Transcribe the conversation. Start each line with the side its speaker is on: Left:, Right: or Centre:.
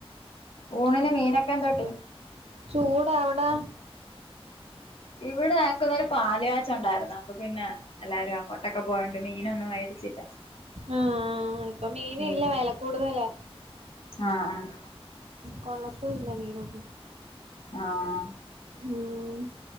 Left: ഊണിന് മീനൊക്കെ എന്തോട്ടി
Right: ചൂട അവിടാ
Left: ഇവിടെ എക്കിന്നൊരു പാല് കാച്ച് ഒണ്ടാരുന്നു അപ്പൊ പിന്നെ എല്ലാരും അങ്ങോട്ടൊക്കെ പോയോണ്ട് മീനൊന്നും മേടിച്ചില്ല
Right: ആഹ ഇപ്പൊ മീൻ
Left: ഉം
Right: ഇല്ല വില കൂടുതല
Left: ആഹ് ആഹ്
Right: കൊള്ളത്തുല്ല മീനൊന്നും
Left: ആഹ്
Right: ഉം